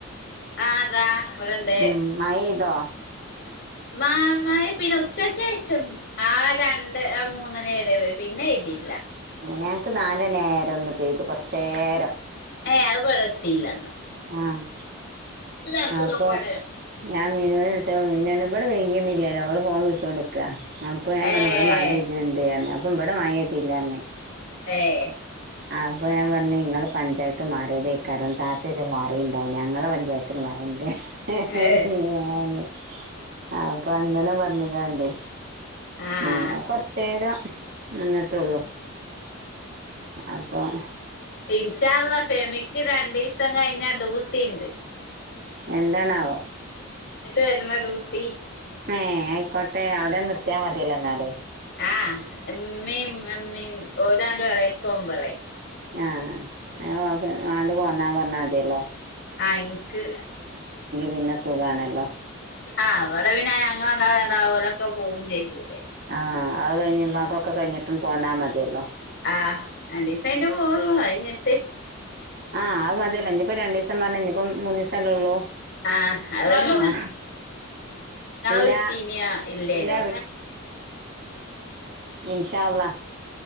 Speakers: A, on the left; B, on the right.
A: ആഹ് അതാ ഇവിടെണ്ട്
B: ഉം മഴയ്തോ
A: മാമഴ പിന്നെ ഉച്ചക്ക്ശേഷം ആ രണ്ട് ആ മൂന്നര വരെ പിന്നെ പെയ്തില്ല
B: ഞക്ക് നാലണി ആയേര ഒന്ന് പെയ്തു കൊറച്ച് നേരം
A: ഏ അത് വടെത്തിയില്ല
B: ആഹ്
A: ഞങ്ങക്ക്
B: അപ്പൊ
A: ഇതൊക്കെപാടെ
B: ഞാൻ മീനുനെ വിളിച്ചപ്പം മീനു തന്നെ ഇവിടെ പെയ്യ്യണില്ലല്ലോ ഓള് ഫോൺ വിളിച്ചൊണ്ട്ക്കുക അപ്പൊ ഞാൻ
A: ഏഹ്
B: പറഞ് ഇവിടെ മഴജണ്ട് അപ്പൊ ഇവിടെ മഴത്തില്ലായിഞ്ഞേ
A: ഏഹ്
B: ആ അപ്പൊ ഞാൻ പറഞ്ഞു ഇങ്ങള് പഞ്ചായത്ത് മാറിയതിക്കാരും ത അത്യത് മാറിുണ്ടാാവും ഞങ്ങളെ പഞ്ചായത്തിന് മഴണ്ട്
A: ഏഹ്
B: ഞൻ അപ്പൊ അങ്ങനെ പറഞ്ഞ് കാണ്ടേ
A: ആഹ്
B: പിന്നെ കൊറച്ച് നേേരം വന്നിട്ടുള്ളൂ അപ്പം
A: ഇൻഷാള്ള ഫെമിക്ക് രണ്ടു ദിവസം കഴിഞ്ഞ ഡ്യൂട്ടി ഉണ്ട്
B: എന്താണാവോ
A: വരണ ഡ്യൂട്ടി
B: ഏ കോട്ടെ അവിടെ നിർത്തയാൽ മതിയല്ലോ എന്നാല്
A: ആഹ് എമ്മയും അമ്മീ ഓലാണ്ട് വളയക്കുമ്പോളെ
B: ആ ഓ അത് പോന്നാ പറഞ്ഞാൽ മതില്ലോ
A: ആഹ് എനിക്ക്
B: പിന്നെ സുഖാണല്ലോ
A: ആഹ് അവിടെ പിന്നെ ഞങ്ങള് രണ്ടാളും ഓലൊക്കെ പോവയും ചെയ്യും
B: ആഹ് അത് കഴിഞ്ഞ് മ്മാക്കൊക്കെ കഴിഞ്ഞിട്ടും പോന്നാ മതിയല്ലോ
A: ആഹ് രണ്ടീസായിട്ടെ പോവള്ളു അത് ഇഞ്ഞിട്ട്
B: ആഹ് ആ മതിയല്ലോ ഇനിപ്പോ രണ്ടു ദിവസം പറഞ്ഞ ഇനിപ്പോ മൂന്ന് ദിവസമല്ലേ ഉള്ളൂ.
A: ആഹ നിങ്ങൾ
B: ആ. ഇല്ല
A: വിളിച്ചിന്യാ ഇല്ലേലോ
B: ഇല്ല ഇൻഷാ അള്ളാ